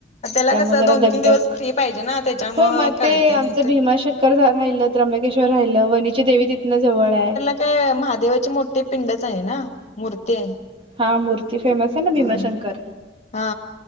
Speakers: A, on the left; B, on the right.
A: त्याला
B: त्यामुळे
A: कसं
B: जरा
A: दोन
B: दगदग.
A: तीन दिवस फ्री पाहिजे ना त्याच्यामुळे
B: हो मग
A: कळते
B: ते आमच
A: नाही तर
B: भीमा शक- -कर राहिलं. त्रबकेश्वर राहिलं. वणीची देवी तिथनं जवळ आहे.
A: ते महादेवाची मोठी पिंडच आहे ना? मूर्ती आहे.
B: हा मूर्ती फेमस आहे ना? भीमाशंकर.
A: हा हा